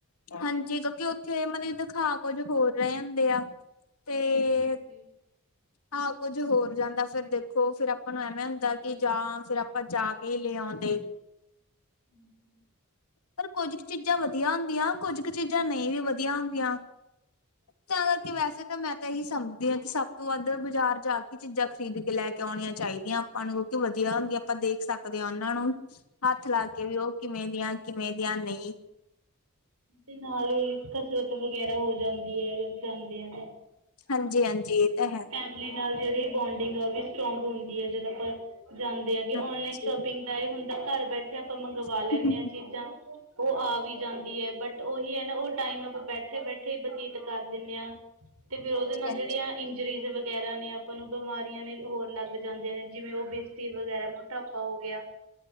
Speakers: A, on the left; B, on the right.
A: ਹਾਂਜੀ ਕਿਉਂਕਿ ਉੱਥੇ ਮਤਲਬ ਦਿਖਾ ਕੁੱਝ ਹੋਰ ਰਹੇ ਹੁੰਦੇ ਆ ਤੇ
B: <unintelligible>
A: ਆਹ ਕੁੱਝ ਹੋਰ ਜਾਂਦਾ ਫਿਰ ਦੇਖੋ ਫਿਰ ਆਪਾਂ ਨੂੰ ਐਵੇਂ ਹੁੰਦਾ ਕਿ ਜਾਂ ਫਿਰ ਆਪਾਂ ਜਾ ਕੇ ਹੀ ਲੈ ਆਉਂਦੇ
B: <inaudible>
A: ਪਰ ਕੁੱਝ ਕੁ ਚੀਜ਼ਾਂ ਵਧੀਆ ਹੁੰਦੀਆਂ ਕੁੱਝ ਕੁ ਚੀਜ਼ਾਂ ਨਹੀਂ ਵੀ ਵਧੀਆ ਹੁੰਦੀਆਂ ਚਾਵਲ ਕੇ ਵੈਸੇ ਤਾਂ ਮੈਂ ਤਾਂ ਇਹੀ ਸਮਝਦੀ ਹਾਂ ਕਿ ਸਭ ਤੋਂ ਵੱਧ ਬਾਜ਼ਾਰ ਜਾ ਕੇ ਚੀਜ਼ਾਂ ਖਰੀਦ ਕੇ ਲੈ ਕੇ ਆਉਣੀਆਂ ਚਾਹੀਦੀਆਂ ਆਪਾਂ ਨੂੰ ਕਿਉਂਕਿ ਵਧੀਆ ਹੁੰਦੀਆਂ ਆਪਾਂ ਦੇਖ ਸਕਦੇ ਹਾਂ ਉਹਨਾਂ ਨੂੰ ਹੱਥ
B: ਹਾਂਜੀ
A: ਲਾ ਕੇ ਵੀ ਉਹ ਕਿਵੇਂ ਦੀਆਂ ਕਿਵੇਂ ਦੀਆਂ ਨਹੀਂ
B: ਤੇ ਨਾਲ ਹੀ ਕਸਰਤ ਵਗੈਰਾ ਹੋ ਜਾਂਦੀ ਜਾਂਦੇ ਆ
A: ਹਾਂਜੀ ਹਾਂਜੀ ਇਹ ਤਾਂ ਹੈ
B: ਤੇ ਨਾਲ ਜਿਹੜੀ ਬੋਂਡਿੰਗ ਆ ਉਹ ਵੀ ਸਟਰੋਂਗ ਹੁੰਦੀ ਹੈ ਜਦੋਂ ਆਪਾਂ ਜਾਂਦੇ ਹਾਂਗੇ ਔਨਲਾਈਨ
A: ਹਾਂਜੀ
B: ਸ਼ੋਪਿੰਗ ਤਾਂ ਇਹ ਹੁੰਦਾ ਘਰ ਬੈਠੇ ਆਪਾਂ ਮੰਗਵਾ ਲੈਂਦੇ
A: ਹਾਂਜੀ
B: ਹਾਂ ਚੀਜ਼ਾਂ ਉਹ ਆ ਵੀ ਜਾਂਦੀ ਬਟ ਉਹੀ ਹੈ ਨਾ ਉਹ ਟਾਈਮ ਆਪਾਂ ਬੈਠੇ ਬੈਠੇ ਹੀ ਬਤੀਤ ਕਰ ਦਿੰਦੇ ਹਾਂ ਤੇ ਫਿਰ ਉਹਦੇ ਨਾਲ
A: ਹਾਂਜੀ
B: ਜਿਹੜੀ ਆ ਇੰਡੀ ਜਰੀਜ਼ ਵਗੈਰਾ ਨੇ ਆਪਾਂ ਨੂੰ ਬਿਮਾਰੀਆਂ ਹੋਰ ਲੱਗ ਜਾਂਦੇ ਨੇ ਜਿਵੇਂ ਉਹ ਬਿਸਤੀ ਵਗੈਰਾ ਮੋਟਾਪਾ ਹੋ ਗਿਆ